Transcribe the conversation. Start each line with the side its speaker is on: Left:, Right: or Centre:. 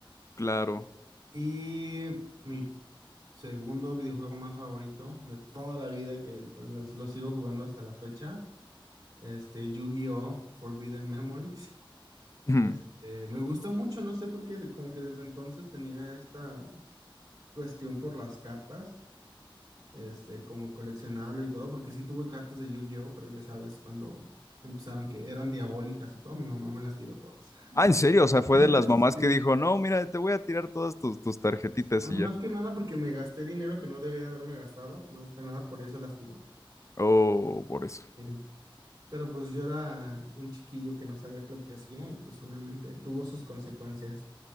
Left: claro.
Right: Y mi segundo videojuego más favorito de toda la vida que los- lo sigo jugando hasta la fecha, este Yu-Gi-Oh! Forbidden Memories.
Left: Ujú.
Right: Este, me gusta mucho, no sé por qué, de- como que desde entonces tenía esta cuestión por las cartas, este, como coleccionable y todo, porque sí tuve cartas de Yu-Gi-Oh, pero ya sabes, cuando empezaron que eran diabólicas y todo, mi mamá me las tiró todas.
Left: Ah, ¿en serio? O sea, fue
Right: <laughs>
Left: de las mamás
Right: Sí.
Left: que dijo, no, mira, te voy a tirar todas tus, tus tarjetitas
Right: Ah, Más
Left: y ya.
Right: que nada porque me gasté dinero que no debía de haberme gastado, más que nada por eso las tiró.
Left: Oh, por eso.
Right: Eh, Pero pues yo era un chiquillo que no sabía lo que hacía y pues obviamente tuvo sus consecuencias.